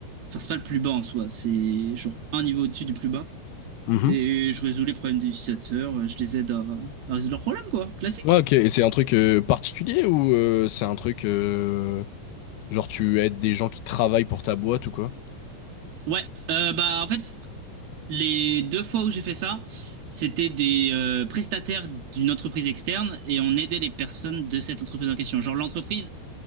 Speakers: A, on the right; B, on the left.
A: Enfin, c'est pas le plus bas en soi, c'est genre un niveau au-dessus du plus bas.
B: Mhm.
A: Et je résous les problèmes des utilisateurs, euh, je les aide à, à résoudre leurs problèmes, quoi. Classique.
B: Ouais, ok. Et c'est un truc euh, particulier ou euh, c'est un truc euh, genre tu aides des gens qui travaillent pour ta boîte ou quoi?
A: Ouais, euh, bah en fait, Les deux fois où j'ai fait ça, c'était des euh, prestataires d'une entreprise externe et on aidait les personnes de cette entreprise en question. Genre l'entreprise,